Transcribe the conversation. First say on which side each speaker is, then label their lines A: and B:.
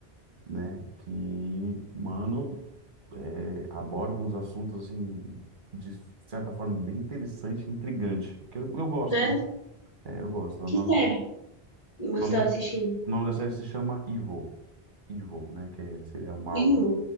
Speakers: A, on the right; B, on the left.
A: né? Que, mano, é, aborda uns assuntos, assim, de certa forma, bem interessante, intrigante. Que eu, eu gosto,
B: Né?
A: né? É, eu gosto. O
B: Que
A: nome
B: série?
A: da, o
B: Você
A: nome
B: tá
A: da,
B: assistindo?
A: o nome da série se chama Evil. Evil, né? Que é- seria mal.
B: Vivo?